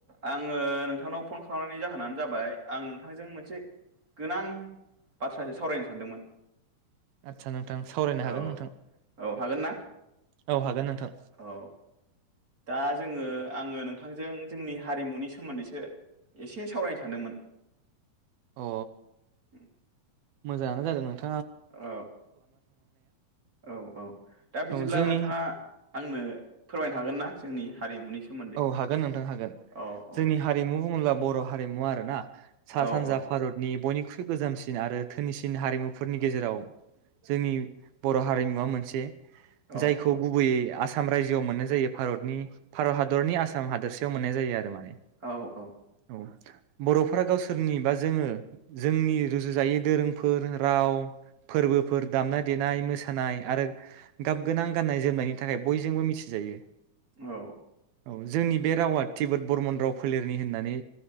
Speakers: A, on the right (about 25°); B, on the right (about 80°).
A: आङो नोंथांनाव फन खालामनायनि जाहोनानो जाबाय आं नोंथांजों मोनसे गोनां बाथ्रासो सावरायनो सानदोंमोन
B: आदसा नोंथां सावरायनो हागोन
A: औ
B: नोंथां
A: औ हागोन ना
B: औ हागोन नोंथां
A: औ दा जोङो आङो नोंथां बिथांजों जोंनि हारिमुनि सोमोन्दैसो एसे सावरायनो सान्दोंमोन
B: अ
A: उम
B: मोजाङानो जादों नोंथां
A: औ औ औ दा बिदिब्ला
B: औ जोंनि
A: नोंथाङा आंनो फोरमायनो हागोन ना जोंनि हारिमुनि सोमोन्दै
B: औ हागोन नोंथां हागोन
A: औ
B: जोंनि
A: औ
B: हारिमु बुङोला बर हारिमु आरोना सा
A: औ
B: सानजा
A: औ
B: भारतनि बयनिख्रुइ ख्रुय गोजामसिन आरो धोनिसिन हारिमुफोरनि गेजेराव जोंनि बर' हारिमुवा मोनसे
A: औ
B: जायखौ
A: औ
B: गुबैयै आस आसाम रायजोआव मोननाय जायो भारतनि भारत हादर हादरनि आसाम हादोरसेयाव मोननाय जायो आरो माने।
A: औ औ।
B: औ बर'फोरा गावसोरनि बा जोङो जोंनि रुजुजायै दोरोंफोर राव फोरबोफोर दामनाय देनाय मोसानाय आरो गाब गोनां गाननाय जोमनायनि थाखाय बयजोंबो मिथिजायो।
A: औ।
B: औ जोंनि बे रावा टिबत बरमन राव फोलेरनि होननानै